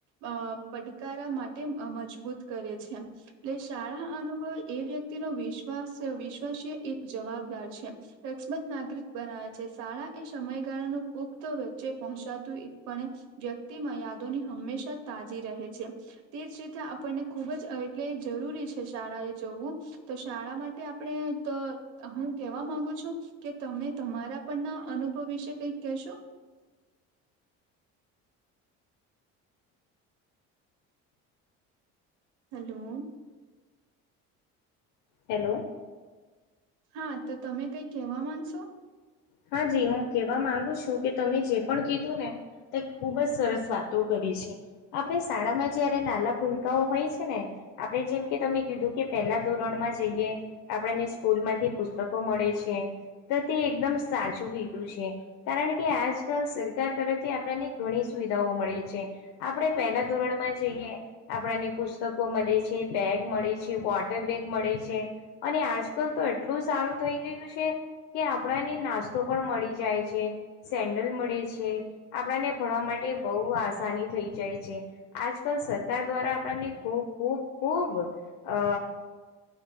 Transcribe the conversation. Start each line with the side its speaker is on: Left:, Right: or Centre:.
Right: અ પડકારા માટે મજબૂત કરે છે. એટલે શાળા અનુભવ એ વ્યક્તિ ન વિશ્વાસ વિશ્વાસીય એક જવાબદાર છે. રક્ષમત નાગરિક બનાવે છે શાળા એ સમયગાળા ન પુખત વચ્ચે પહોંચાતું પણણે વ્યક્તિ મર્યાદોની હંમેશા તાજી રહે છે. તે જ રીતે આપણને ખુબ જ એટલે જરૂરી છે શાળા એ જોવું. તો શાળા માટે આપણે હું કેવા માંગુ છું. કે તમે તમારા પણ ના અનુભવ વિશે કઈક કહેશો. હેલો.
Left: હલો.
Right: હા તો તમે કઈ કેવા માંગશો.
Left: હા જી હું કેવા માંગુ છું કે તમે જે પણ કીધું ને. તે ખુબ જ સરસ વાતો કરી છે, આપણે શાળામાં જયારે નાલા ભૂલકાઓ હોય છે ને. આપડણે જેમ કે તમે કીધું કે પહેલા ધોરણમાં જઈએ. આપણને સ્કૂલ માંથી પુસ્તકો મળે છે, તો તે એકદમ સાચું કીધું છે. કારણ કે આજકાલ સરકાર તરફથી આપણને ઘણી સુવિધાઓ મળી છે. આપણેે પહેલા ધોરણમાં જઈએ. આપણાને પુસ્તકો મલે છે, બેગ મળે છે વોટર બેગ મળે છે. અને આજકલ તો એટલું સારું થઈ ગયું છે કે આપણાને નાસ્ તો પણ મળી જાય છે. સેન્ડલ મળે છે, આપણાને ભણવા માટે બઉ આસાની થઈ જાય છે. આજકાલ સરકાર દ્વારા આપણને ખૂબ ખૂબ ખૂબ અ